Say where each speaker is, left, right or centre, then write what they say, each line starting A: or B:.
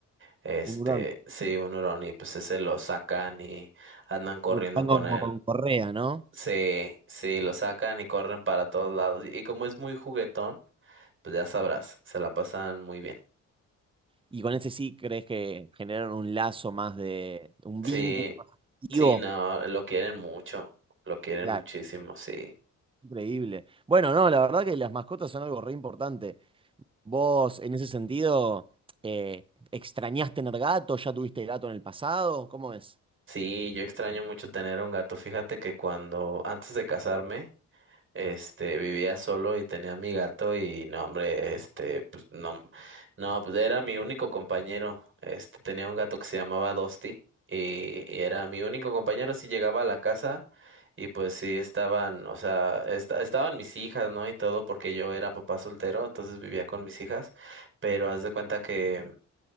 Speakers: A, on the right; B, on the right.
A: Este,
B: Un hurón.
A: sí, un hurón y pues ese lo sacan y andan corriendo
B: Y Van
A: con
B: como
A: él.
B: con correa, ¿no?
A: Sí, sí, lo sacan y corren para todos lados y como es muy juguetón, pues ya sabrás, se la pasan muy bien.
B: Y con ese sí crees que generaron un lazo más de, un
A: Sí,
B: vínculo más afectivo.
A: Sí, no, lo quieren mucho, lo quieren
B: Claro,
A: muchísimo, sí.
B: increíble. Bueno, no, la verdad que las mascotas son algo re importante. Vos, en ese sentido, eh, ¿extrañás tener gato? ¿Ya tuviste gato en el pasado? ¿Cómo es?
A: Sí, yo extraño mucho tener un gato. Fíjate que cuando, antes de casarme, este, vivía solo y tenía mi gato y no, hombre, este, pues no, no, pues era mi único compañero. Este, tenía un gato que se llamaba Dosti y, y era mi único compañero. Si llegaba a la casa y pues sí estaban, o sea, esta- estaban mis hijas, ¿no? Y todo porque yo era papá soltero, entonces vivía con mis hijas pero haz de cuenta que